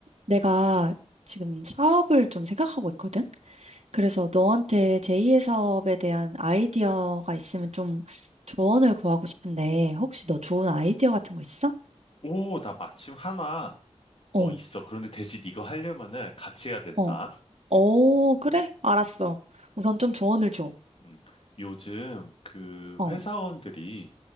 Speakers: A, on the right; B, on the left.
A: 내가 지금 사업을 좀 생각하고 있거든? 그래서 너한테 제2의 사업에 대한 아이디어가 있으면 좀 조언을 구하고 싶은데, 혹시 너 좋은 아이디어 같은 거 있어?
B: 오, 나 마침 하나, 어,
A: 어,
B: 있어. 그런데 대신 이거 하려면은 같이 해야 된다.
A: 어, 어, 그래? 알았어.
B: 음,
A: 우선 좀 조언을 줘.
B: 음. 요즘 그
A: 어,
B: 회사원들이,